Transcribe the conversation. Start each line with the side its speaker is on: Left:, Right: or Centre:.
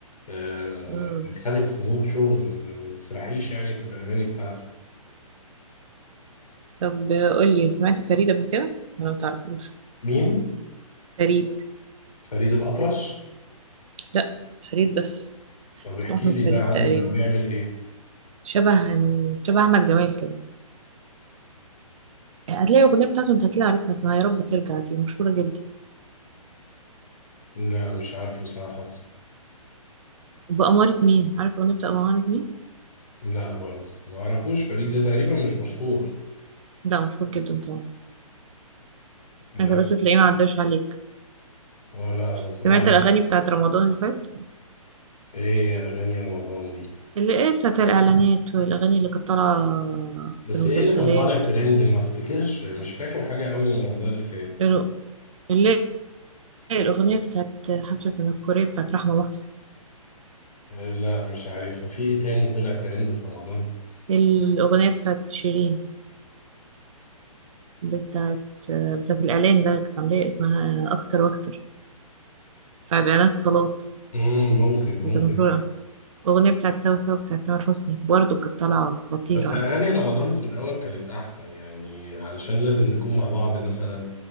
Left: آه،
Right: مم.
Left: يخليك في مود شغل آه، ما تسرحيش يعني في الأغاني بتاعته
Right: طب آه، قول لي سمعت فريد قبل كده؟ انا ما تعرفوش
Left: مين؟
Right: فريد
Left: فريد الأطرش
Right: لا فريد بس
Left: طب احكي
Right: اسمه أحمد
Left: لي
Right: فريد
Left: ده عنه
Right: تقريبا
Left: ده بيعمل إيه؟
Right: شبه شبه أحمد جمال كده هتلاقي الأغنية بتاعته انت هتلاقي عارفها اسمها يا رب ترجع دي مشهورة جدا
Left: لا مش عارفه صراحة
Right: بأمارة مين عارف الأغنية بتاع بأمارة مين
Left: لا برضه ما اعرفوش فريد ده تقريبا مش مشهور
Right: ده مشهور جدا طبعا
Left: لا
Right: انت بس تلاقيه ما عداش عليك
Left: ولا بصراحة
Right: سمعت الأغاني بتاعت رمضان اللي فات
Left: ايه اغاني رمضان دي
Right: اللي ايه بتاعت الإعلانات والأغاني اللي كانت طالعة
Left: بس
Right: في المسلسلات
Left: ايه اللي كان طالع ترند ما افتكرش مش فاكر حاجة قوي من رمضان اللي فات
Right: اللي اللي هي الأغنية بتاعت حفلة الكورية بتاعت رحمة محسن
Left: آه، لا مش عارفها في ايه تاني طلع ترند في رمضان
Right: الأغنية بتاعت شيرين بتاعت بتاعت الإعلان ده كانت عاملاه اسمها أكتر وأكتر بتاعت إعلانات صالات
Left: امم ممكن ممكن
Right: بتاعت مشهورة الأغنية بتاعت سوا سوا بتاعت تامر حسني برضه كانت طالعة خطيرة
Left: بس
Right: يعني
Left: أغاني رمضان في الأول كانت أحسن يعني علشان لازم نكون مع بعض مثلا